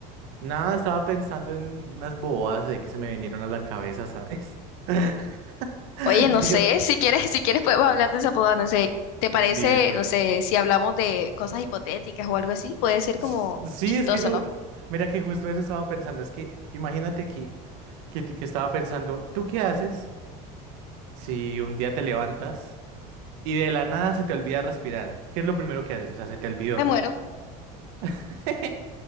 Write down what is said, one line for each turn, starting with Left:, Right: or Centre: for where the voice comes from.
Right: Nada, estaba pensando en unas bobadas de que se me vinieron a la cabeza, ¿sabes? <laughs>
Left: Oye, no
Right: Es que
Left: sé,
Right: yo.
Left: si quieres, si quieres podemos hablar de esa boda, no sé, ¿te parece,
Right: Listo.
Left: no sé, si hablamos de cosas hipotéticas o algo así? Puede ser como
Right: S- Sí,
Left: chistoso,
Right: es que eso.
Left: ¿no?
Right: Mira que justo eso estaba pensando. Es que imagínate que, que, que estaba pensando, ¿tú qué haces si un día te levantas y de la nada se te olvida respirar? ¿Qué es lo primero que haces? O sea, se te olvidó.
Left: Me muero.
Right: <laughs>